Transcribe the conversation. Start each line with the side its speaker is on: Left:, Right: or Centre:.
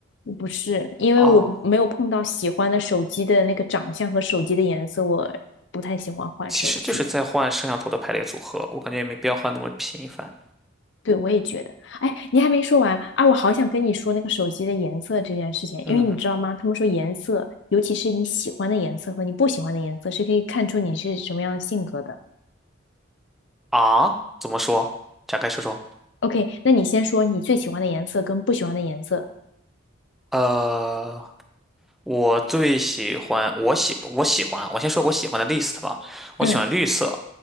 Left: 不是，因为我没有碰到喜欢的手机的那个长相和手机的颜色，
Centre: 哦，
Left: 我不太喜欢换手机。
Centre: 其实就是在换摄像头的排列组合，我感觉也没必要换那么频繁。
Left: 对，我也觉得。哎，你还没说完啊！我好想跟你说那个手机的颜色这件事情，
Centre: 嗯
Left: 因为你知道吗？他们说颜色，尤其是你喜欢的颜色和你不喜欢的颜色，是可以看出你是什么样的性格的。
Centre: 啊，怎么说？展开说说。
Left: OK，那你先说你最喜欢的颜色跟不喜欢的颜色。
Centre: 呃。我最喜欢，我喜我喜欢，我先说我喜欢的 list 吧。我喜欢绿色，
Left: 嗯，